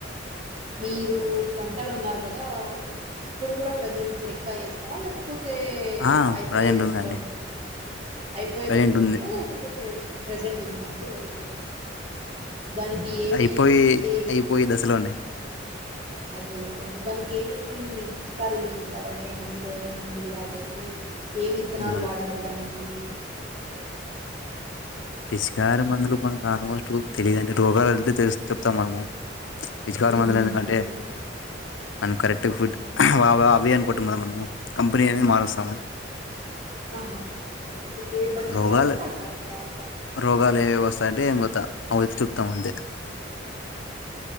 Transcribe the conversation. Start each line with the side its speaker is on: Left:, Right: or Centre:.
Right: మీరు పంటలు అన్నారు కదా ఇప్పుడు కూడా ప్రజెంట్ చెక్కా వేస్తరా లేకపోతే కుతే
Left: ఆ
Right: అయిపోయెదస
Left: ప్రజెంట్ ఉందండి
Right: లో ఉన్నదా అయిపోయే
Left: ప్రజెంట్
Right: దసలో
Left: ఉంది
Right: ఉందా లేకపోతే ప్రజెంట్ ఉందా అండి ఓకే ఓకే దానికి ఏవి
Left: అయిపోయి
Right: అంటే
Left: అయిపోయి దశలో అండి
Right: అయిపోయిస్తుంది దానికి ఏమేమి పిచ్చికారీలు యూస్ చేశారంటే మందులు అమ్ మందులు వాడారు ఏమిత్తనాలు
Left: మనం
Right: వాడారు దానికి హ్మ్
Left: పిచికారం మందులు మనకు ఆల్మోస్ట్ తెలిదండి రోగాలు ఐతే తెలిస్తే చెప్తాం మనము పిచికారు
Right: మ్మ్హ్మ్.
Left: మందులు ఎందుకంటే
Right: ఓకే
Left: మనం కరెక్ట్గా ఫుడ్ అవ్ అవే అనుకుంటాం కదా మనము కంపెనీ అనేది మారుస్తాము
Right: ఆహా ఏ బంచిగా
Left: రోగాలు
Right: వస్తే అది వాడతాం
Left: రోగాలు ఏవ వస్తాయంటే <unintelligible> ఏంత తమంతె